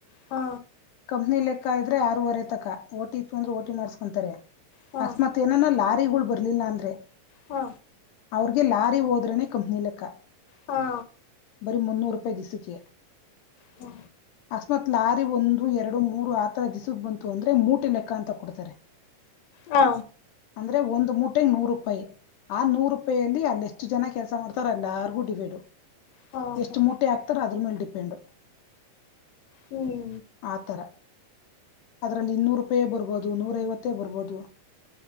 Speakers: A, on the left; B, on the left.
A: ಹ್ಮ
B: ಅದ್ನೇ ಲೆಕ್ಕ ಇದ್ರೆ ಆರುವರೆ ತಕ ಓಟಿ ಇತ್ತು ಅಂದ್ರ ಓಟಿ ಮಾಡಸ್ಕೊಂತಾರೆ
A: ಹಾ
B: ಅಕಸ್ಮತ್ ಏನನ್ ಲಾ ಕಾರಿಗಳು <unintelligible> ಬರ್ಲಿಲ್ಲಾ ಅಂದ್ರೆ.
A: ಹ್ಮ
B: ಅವ್ರಗೆ ಲಾರಿ ಹೋದ್ರನೆೇ ಕಂಪ್ನಿಲೆಕ್ಕ.
A: ಹಾ
B: ಬರಿ ಮನ್ನೂರೂಪಾಯಿ ದಿವ್ಸಕ್ಕೆ.
A: ಹ್ಮ
B: ಅಕಸ್ಮಾತ್ ಲಾರಿ ಒಂದು ಎರಡು ಮೂರು ಆತರ ದಿವ್ಸಕ್ ಬಂತು ಅಂದ್ರೆ ಮೂಟೇ ಲೆಕ್ಕ ಅಂತ ಕೊಡ್ತಾರೆ.
A: ಹಾ
B: ಅಂದ್ರೆ ಒಂದ್ ಮೂಟೆೆಗೆ ನೂರು ರೂಪಾಯಿ. ಆ ನೂರು ರೂಪಾಯಲ್ಲಿ ಅಲ್ಲಿ ಎಷ್ಟು ಜನ ಕೆಲ್ಸ ಮಾಡ್ತಾರ ಅಲ್ಲಾರ್ಗೂ ಡಿವೇಡು.
A: ಹಾ
B: ಎಷ್ಟು
A: ಹಾ
B: ಮೂಟೆ ಹಾಕ್ತಾರ ಅದ್ರ ಮೇಲೆ ಡಿಪೆಂಡು.
A: ಹ್ಮ್
B: ಆ ಥರ ಅದರಲ್ಲಿ ಇನ್ನೂರು ರೂಪಾಯೇ ಬರ್ಬೋದು ನೂರೈವತ್ತೇ ಬರ್ಬೋದು.